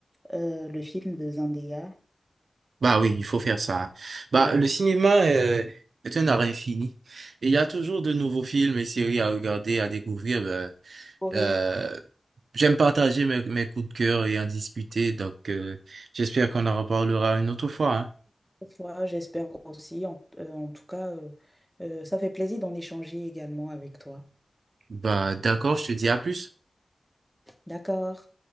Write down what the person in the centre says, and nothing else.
euh, le film de Zendaya.
Oui.
Pour
rire.
Une fois, j'espère aussi. En, euh, en tout cas, euh, euh, ça fait plaisir d'en échanger également avec toi.
D'accord.